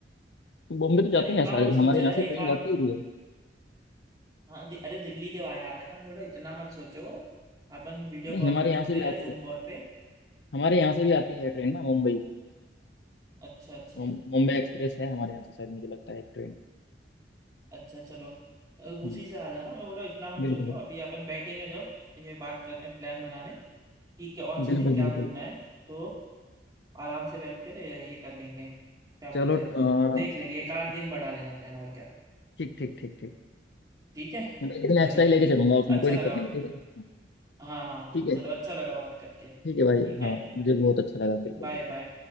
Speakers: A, on the left; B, on the right.
A: बॉम्बे तो जाती
B: यार इतना
A: ना सारे
B: मत सोचो
A: हमारे यहाँ
B: यार
A: से ट्रेन
B: एक
A: जाती
B: आध
A: ही है
B: हाँ दि, अरे दिल्ली के भाई आ जाना थोड़ा इतना मत सोचो अपन वीडियो
A: नहीं
B: कॉल
A: हमारे
B: पे मिलते
A: यहाँ से भी
B: हैं
A: आती
B: जूम
A: है
B: कॉल पे
A: हमारे यहाँ से भी आती है ट्रेन
B: हम्म,
A: ना मुंबई
B: अच्छा अच्छा
A: मुं- मुंबई एक्सप्रेस है हमारे यहाँ से शायद मुझे लगता है एक ट्रेन
B: अच्छा चलो अ, उसी
A: हम्म,
B: से आ जाना मैं बोला इतना मत
A: बिल्कुल
B: सोचो अभी अपन बैठेंगे जब ये बात करने प्लान बनाने कि क्या- कौन से
A: बिल्कुल
B: दिन क्या
A: बिल्कुल
B: घूमना है तो आराम से बैठ कर ये ये कर लेंगे क्या बोलते
A: चलो अ,
B: हैं देख लेंगे एक
A: इस-
B: आध दिन बढ़ा लेना प्लान और क्या
A: ठीक ठीक ठीक ठीक
B: ठीक है
A: मैं एक दिन
B: चलो
A: एक्स्ट्रा ही लेके चलूंगा उसमें
B: अच्छा
A: कोई
B: लगा
A: दिक्कत नहीं है ठीक है ना
B: हाँ हाँ हाँ,
A: ठीक है
B: चलो अच्छा लगा बात करके ठीक
A: ठीक है भाई हाँ
B: है
A: मुझे बहुत अच्छा लगा बिल्कुल
B: Bye
A: बिल्कुल
B: bye